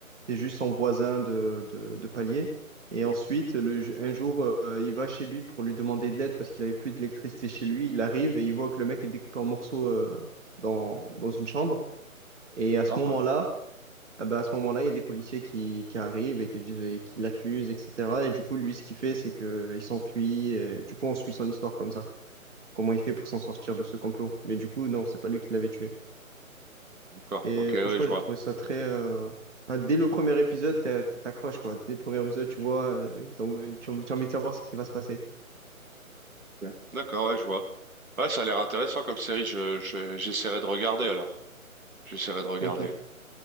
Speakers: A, on the right; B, on the right.
A: c'est juste son voisin de, de, de palier. Et ensuite, le, un jour, euh, il va chez lui pour lui demander de l'aide parce qu'il avait plus d'électricité chez lui. Il arrive et il voit que le mec est découpé en morceaux euh, dans, dans une chambre. Et à ce
B: D'accord,
A: moment-là,
B: ouais.
A: ah ben, à ce moment-là, il y a des policiers qui, qui arrivent et qui, le disent- et qui l'accusent, etc. Et du coup, lui, ce qu'il fait, c'est que il s'enfuit. Et Du coup, on suit son histoire comme ça. Comment il fait pour s'en sortir de ce complot. Mais du coup, non, c'est pas lui qui l'avait tué.
B: D'accord,
A: Et
B: ok, oui,
A: franchement,
B: je vois.
A: j'ai trouvé ça très. euh, enfin, dès le premier épisode, t'a- t'accroches, quoi. Dès le premier épisode, tu vois, euh, t'as envie- tu as envie, tu as envie de savoir ce qui va se passer.
B: Ok. D'accord, ouais, je vois. Ouais, ça a l'air intéressant comme série, je, je- j'essaierai de regarder alors. J'essaierai de regarder.
A: Ok.